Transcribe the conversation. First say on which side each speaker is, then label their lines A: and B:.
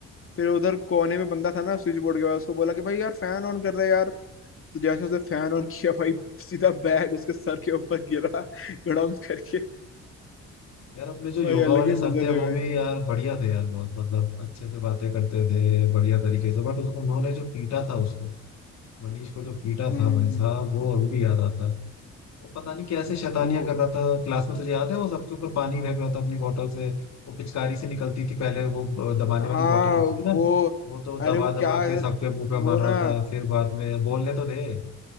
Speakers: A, on the left; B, on the left.
A: फिर उधर कोने में बंदा था ना स्विच बोर्ड के पास उसको बोला कि भाई यार फैन ऑन कर दे यार तो जैसे उसने फैन ऑन किया भाई सीधा बैग उसके सर के ऊपर गिरा गड़म करके
B: यार अपने जो योगा
A: भाई अलग
B: वाले
A: ही
B: सर
A: मजे
B: थे
A: थे
B: वो
A: भाई
B: भी यार बढ़िया थे यार बहुत मतलब अच्छे से बातें करते थे बढ़िया तरीके से बट उन्होंने जो पीटा था उसको मनीष को जो पीटा
A: हम्म
B: था भाई साहब वो अभी भी याद आता है वो पता नहीं कैसे शैतानियां
A: वो
B: कर रहा था क्लास में तुझे याद है वो सबके ऊपर पानी फेंक रहा था अपनी बोतल से वो पिचकारी से निकलती थी पहले वो अ, दबाने
A: हाँ
B: वाली बोतल होती थी ना
A: वो
B: वो तो
A: अरे
B: दबा
A: वो
B: दबा
A: क्या
B: के
A: है,
B: सबके मुंह पे
A: वो
B: मार
A: ना
B: रहा था फिर बाद में बोलने तो दे